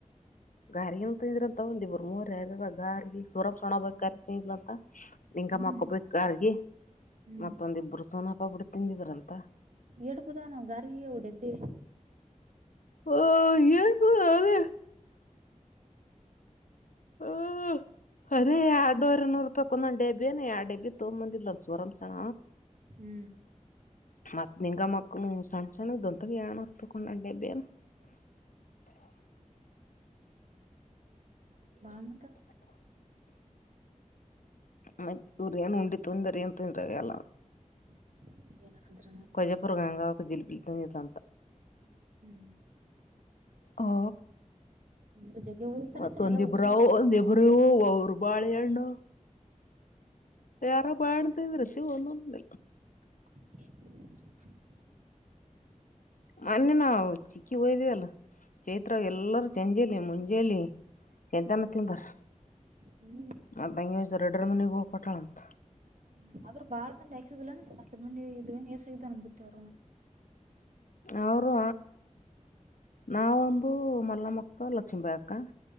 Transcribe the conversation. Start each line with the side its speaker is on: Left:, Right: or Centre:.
Left: ಗಾರಿಗೆನ ತಿಂದ್ರ ಅಂತಗಂದಿಬ್ರು ಮೂರ್ ಯಾರಾರ ಗಾರಿಗೆ ಸುರ ಸಣ ಬ ತಿಲ ಅಂತ ಲಿಂಗಮ್ಮ
Right: ಹ್ಮ್
Left: ಹಕ್ಕೊಬೇಕ ಆರ್ಗ
Right: ಹ್ಮ್
Left: ಮತ್ತೊಂದಿಬ್ರು ಸೋನಪಾಪಡಿ ತಿಂದಿದ್ರಂತ
Right: ಎಡುಬುದಾ ನಾವು ಗಾರಿಗೆ ಅವು ಡಬ್ಬಿ
Left: <unintelligible> ಹ ಅದೇ ಎರಡವರೆ ನೂರು ರೂಪಾಯಿ ಒಂದ ಬಿಏ ಎರಡ್ ಬಿ ತಗೊಂಬಂದಿಲ್ಲಂದ ಸೋರಾಮ್ಸಣ
Right: ಹ್ಮ್
Left: ಮತ್ತ್ ನಿಂಗ ಮಕ್ಕನು ಸಣ್ಣ ಸಣದಂಟ ಅತ್ತವೆಯಣಪ್ಪಕೊಂಡ ಡಬ್ಬಿ ಏನ್
Right: ಬಳ ಮತ್ತ
Left: ಮತ್ತ ಇವ್ರ ಏನ್ ಉಂಡಿ ತುಂದ್ರ ಏನ್ ತುಯಂದ್ರ ಅವ ಎಲ್ಲ
Right: <unintelligible>
Left: ಕೊಜಾಪುರ ಗಂಗ ಒ ಜಿಲು ಪಿಲ್ತನ ಇದದಂತ
Right: ಹ್ಮ್
Left: ಹಾ
Right: ಅಂದ್ರ ಜಗ್ಗೆ ಹೋಗ್ತಾನೈತನ
Left: ಮತ್ತೊಂದಿಬ್ರು
Right: ಎಲ್ಲಾ ಊರು
Left: ಒಂದಿಬ್ರು ಅವರು ಬಾಳೆಹಣ್ಣು ವೇರೆ ಬಾಡಂತ ವೃತ್ತಬೋದಿಲ್ಲ
Right: <unintelligible>
Left: ಮೊನ್ನೆ ನಾವು ಚಿಕ್ಕಿ ಹೋಯ್ದ್ವಿ ಅಲ್ಲ ಚೈತ್ರ ಎಲ್ಲರೂ ಚಂಜಲಿ ಮುಂಜಲಿ ಚಂತನ ತಿಂದಾರ
Right: ಹ್ಮ್
Left: ಮತ್ತ ಹಂಗೆ ಒಂದ್ಸ ಎರಡರ ಮನೆಗ ಕೊಟಾಳಂತ
Right: ಹ್ಮ್ ಆದ್ರೂ ಬಾಳ್ ಮಂದಿ ಹಾಕ್ಸಿದಿಲ್ಲ ಹತ್ತ ಮಂದಿ ಇದ್ರೆನ್ ಎಸಾಗ್ದ ನನ್ಗತ್ತ ಅವರನು
Left: ಅವರು ನಾವೊಂದು ಮಲ್ಲಮ್ಮಕ್ಕ ಲಕ್ಷ್ಮೀಬಾಯಕ್ಕ